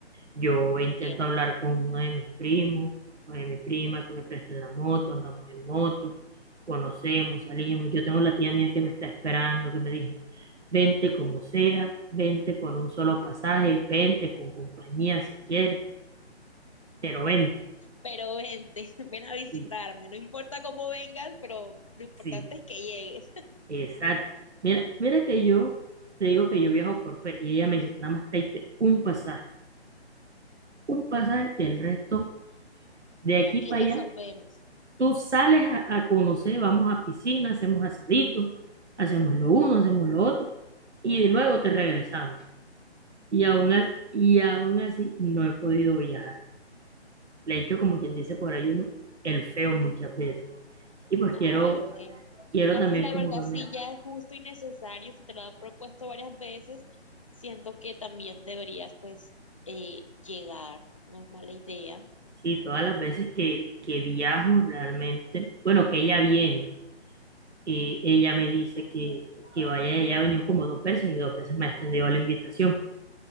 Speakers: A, on the right; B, on the left.
A: Yo intento
B: entiendo.
A: hablar con uno de mis primos, una de mis primas que me presten la moto, andamos en moto, conocemos, salimos. Yo tengo la tía mía que me está esperando, que me dijo, vente como sea, vente con un solo pasaje, vente con compañía si quieres, pero vente,
B: Pero vente, <laughs> ven a visitarme,
A: sí,
B: no importa cómo vengas, pero lo importante
A: sí,
B: es que llegues.
A: exacto. Mira, mira que yo te digo que yo viajo por fe y ella me dice, nada más tráete un pasaje, un pasaje del resto de aquí
B: Aquí
A: para
B: resolvemos.
A: allá, tú sales a, a conocer, vamos a piscina, hacemos asaditos, hacemos lo uno, hacemos lo otro y luego te regresamos. Y aún, as- y aún así no he podido viajar. le he hecho como quien dice por ahí uno, el feo muchas veces. Y pues
B: Ay,
A: quiero,
B: ok.
A: quiero
B: La,
A: también
B: pues la
A: como
B: verdad
A: cambiar.
B: sí, ya es justo y necesario, si te lo ha propuesto varias veces, siento que también deberías pues eh, llegar, no es mala idea,
A: Sí, todas las veces que, que viajo realmente, bueno, que ella viene, eh, ella me dice que, que vaya, ella ha venido como dos veces y dos veces me ha extendido la invitación.